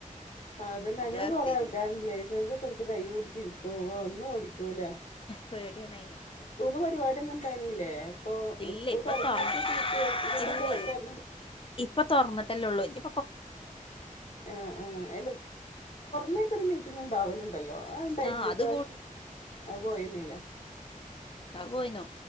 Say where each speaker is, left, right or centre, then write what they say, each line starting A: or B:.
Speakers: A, on the left; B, on the left.
A: അതന്നെ അങ്ങനെ കൊറേ
B: എത്തീനു
A: ആൾക്കാരുണ്ട് ലൈസൻസ് ഒക്കെ എടുത്ത് കൈ പിടിച്ചിരിക്കും ഒന്നും ഓടിക്കൂല
B: പേടിയണായിന്
A: സ്കൂള് പരിപാടിയ ഒന്നും ഇണ്ടായിരുന്നില്ലേ ഇപ്പൊ
B: ഇല്ല
A: സ്കൂൾ
B: ഇപ്പൊ
A: തുറന്നേക്ക്
B: തൊറന്ന്
A: പി ടി എഫ് ഇതിന്റെക്കെ
B: ഇല്ല
A: തെരഞ്ഞെടു
B: ഇപ്പൊ തുറന്നിട്ടല്ലേ ഉള്ളൂ ഇനി
A: ആഹ ആഹ എ അങ്ങനക്ക ഒരു മീറ്റിംഗ ഉണ്ടാവനുണ്ടല്ലോ ആ ഉണ്ടായില്ല
B: ആഹ് അത്
A: പ്ര്രാവശ്യം അ പോയന്നല
B: ആ പോയിന്നോ